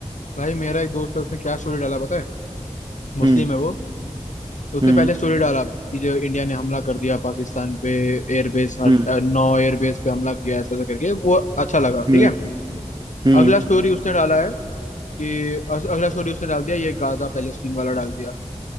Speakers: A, on the left; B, on the right.
A: भाई मेरा एक दोस्त है उसने क्या स्टोरी डाला पता है मुस्लिम
B: हम्म
A: है वो तो उसने
B: हम्म
A: पहले स्टोरी डाला कि जो इंडिया ने हमला कर दिया पाकिस्तान पे एयरबेस
B: हम्म
A: नौ एयरबेस पे हमला किया ऐसा ऐसा करके वो अच्छा लगा
B: हम्म
A: ठीक है
B: हम्म
A: अगला स्टोरी उसने डाला है कि अस- अगला स्टोरी उसने डाल दिया ये गाजा पैलेस्टीन वाला डाल दिया